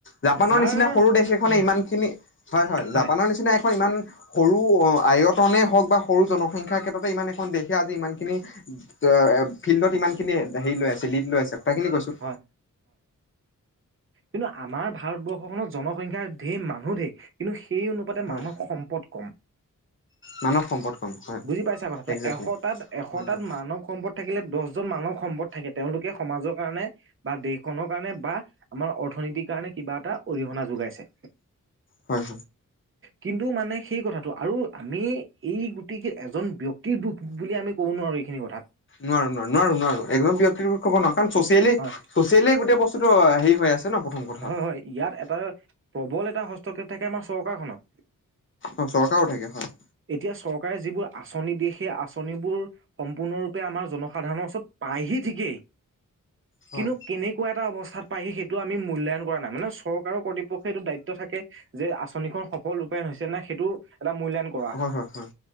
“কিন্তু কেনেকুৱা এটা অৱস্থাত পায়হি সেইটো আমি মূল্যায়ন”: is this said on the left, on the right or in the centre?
Right